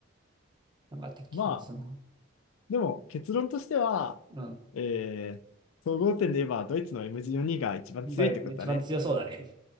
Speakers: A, on the right (about 20°); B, on the left (about 85°).
A: なんかあったっけなんかその、
B: まあ、でも結論としては、
A: うん。
B: えー、総合点で言えば、ドイツの M4 が一番強いってことだね。
A: が一番強そうだね。